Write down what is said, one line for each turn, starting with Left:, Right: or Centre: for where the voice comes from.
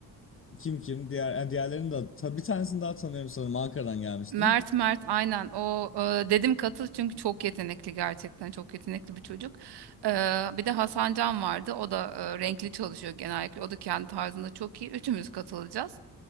Left: Kim kim? Diğer, yani diğerlerini de ta- bir tanesini daha tanıyorum sanırım. Ankara'dan gelmiştim.
Right: Mert Mert aynen o e, dedim katıl çünkü çok yetenekli gerçekten çok yetenekli bir çocuk. E, bir de Hasan Can vardı o da e, renkli çalışıyor genellikle o da kendi tarzında çok iyi üçümüz katılacağız.